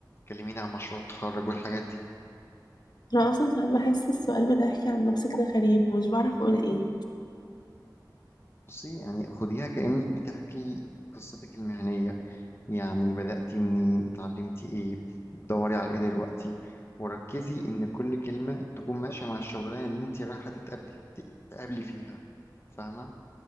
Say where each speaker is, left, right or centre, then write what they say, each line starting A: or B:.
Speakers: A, on the left; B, on the left.
A: كلميني عن مشروع التخرج والحاجات دي
B: انا اصلا ساعات بحس السؤال بتاعك عن نفسك ده غريب ومش بعرف اقول ايه
A: بصي يعني خديها كأنك بتحكي قصتك المهنية يعني بدأتي منين اتعلمتي ايه بتدوري على ايه دلوقتي وركزي ان كل كلمة تكون ماشية مع الشغلانة اللي انت رايحة تتقابلي تقابلي فيها فاهمة